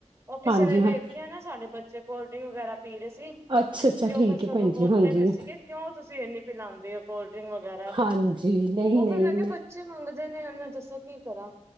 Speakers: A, on the right; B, on the right.
A: ਉਹ
B: ਹਾਂਜੀ
A: ਕਿਸੇ ਨੇ
B: ਹਾਂ
A: ਵੇਖਿਆ ਨਾ ਸਾਡੇ ਬੱਚੇ ਕੋਲਡ ਡਿੰਕ ਵਗੈਰਾ ਪੀ ਰਹੇ ਸੀ
B: ਅੱਛਾ ਅੱਛਾ
A: ਤੇ ਉਹ
B: ਠੀਕ
A: ਫਿਰ
B: ਹੈ
A: ਸਗੋਂ
B: ਭੈਣ ਜੀ
A: ਬੋਲਦੇ
B: ਹਾਂਜੀ
A: ਪਏ ਸੀਗੇ ਕਿਉਂ ਤੁਸੀਂ ਇੰਨੀ ਪਿਲਾਉਂਦੇ ਹੋ ਕੋਲਡ ਡਰਿੰਕ ਵਗੈਰਾ
B: ਹਾਂਜੀ ਨਹੀਂ
A: ਉਹ
B: ਨਹੀਂ
A: ਫੇਿਰ ਮੈਂ ਕਿਹਾ ਬੱਚੇ ਮੰਗਦੇ ਨੇ ਉਹ ਦੱਸੋ ਕੀ ਕਰਾਂ